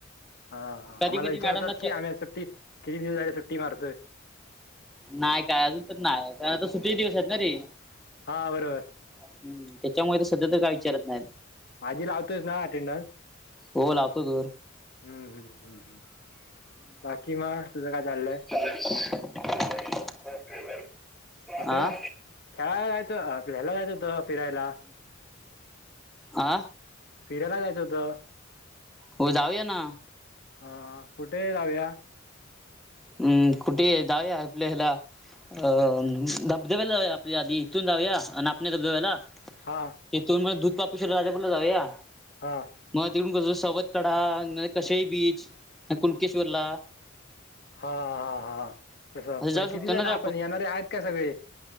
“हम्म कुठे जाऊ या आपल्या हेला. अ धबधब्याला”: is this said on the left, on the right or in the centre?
Centre